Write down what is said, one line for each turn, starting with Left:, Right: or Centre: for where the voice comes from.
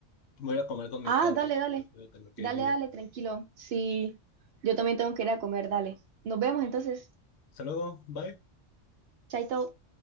Left: Voy a ir a comer con mis
Right: Ah,
Left: padres,
Right: dale, dale.
Left: entonces voy a tener que
Right: Dale,
Left: irme.
Right: dale, tranquilo. Sí, yo también tengo que ir a comer, dale. Nos vemos entonces.
Left: Hasta luego, bye.
Right: Chaito.